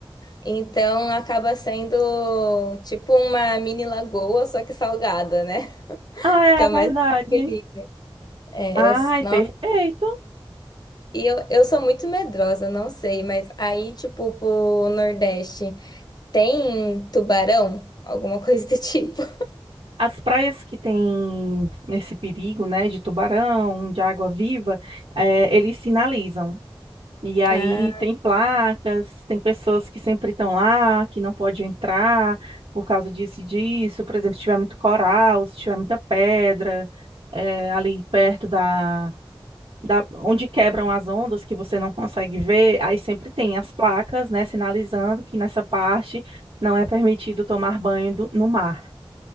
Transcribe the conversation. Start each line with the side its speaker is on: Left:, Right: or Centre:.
Left: Então acaba sendo tipo uma mini lagoa, só que salgada, né? <laughs>
Right: Ah,
Left: Fica
Right: é verdade.
Left: mais feliz. É,
Right: Ai,
Left: eu, nossa,
Right: perfeito.
Left: e eu, eu sou muito medrosa, não sei, mas aí, tipo, pro Nordeste, tem tubarão? Alguma coisa do tipo.
Right: As praias que têm esse perigo, né, de tubarão, de água-viva, eh, eles sinalizam. E aí
Left: Ah,
Right: tem placas, tem pessoas que sempre estão lá, que não pode entrar por causa disso e disso. Por exemplo, se tiver muito coral, se tiver muita pedra, eh, ali perto da, da onde quebram as ondas que você não consegue ver, aí sempre tem as placas, né, sinalizando que nessa parte não é permitido tomar banho do- no mar.